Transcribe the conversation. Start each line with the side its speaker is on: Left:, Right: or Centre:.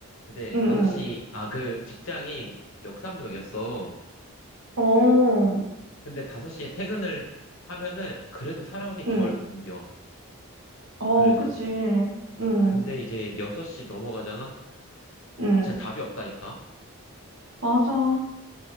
Left: 근데
Right: 응,
Left: 5시
Right: 응.
Left: 아 그 직장이 역삼역이었어.
Right: 어,
Left: 근데 5시에 퇴근을 하면은 그래도 사람이
Right: 응.
Left: 덜 붐벼.
Right: 어,
Left: 그래도.
Right: 그치. 응,
Left: 근데 이제 6시 넘어가잖아.
Right: 응.
Left: 진짜 답이 없다니까.
Right: 맞아.